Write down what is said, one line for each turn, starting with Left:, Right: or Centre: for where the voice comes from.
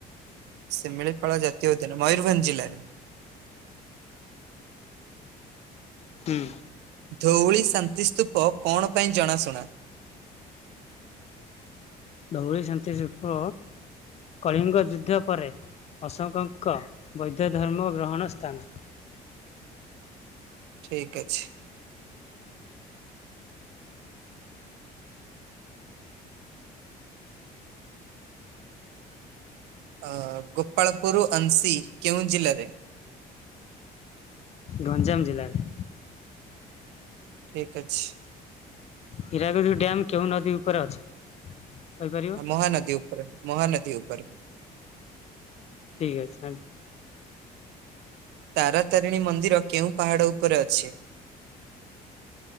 Right: ଶିମିଳିପାଳ ଜାତୀୟ ଉଦ୍ୟାନ ମୟୂରଭଞ୍ଜ ଜିଲ୍ଲାରେ।
Left: ହୁଁ।
Right: ଧଉଳି ଶାନ୍ତିସ୍ତୂପ କଣ ପାଇଁ ଜଣାଶୁଣା?
Left: ଧୋଉଳି ଶାନ୍ତି ସୁପ କଳିଙ୍ଗ ଯୁଦ୍ଧ ପରେ ଅଶୋକଙ୍କ ବୈଦ୍ଧ ଧର୍ମ ଗ୍ରହଣ ସ୍ଥାନ।
Right: ଠିକ ଅଛି। ଅ ଗୋପାଳପୁର ଅଂଶୀ କେଉଁ ଜିଲ୍ଲାରେ?
Left: ଗଞ୍ଜାମ ଜିଲ୍ଲାରେ।
Right: ଠିକ୍ ଅଛି।
Left: ହୀରାକୁଦ୍ ଡ୍ୟାମ୍ କେଉଁ ନଦୀ ଉପରେ ଅଛି କହିପାରିବେ?
Right: ମହାନଦୀ ଉପରେ ମହାନଦୀ ଉପରେ।
Left: ଠିକ୍ ଅଛି ଆ
Right: ତାରାତାରିଣୀ ମନ୍ଦିର କେଉଁ ପାହାଡ଼ ଉପରେ ଅଛି।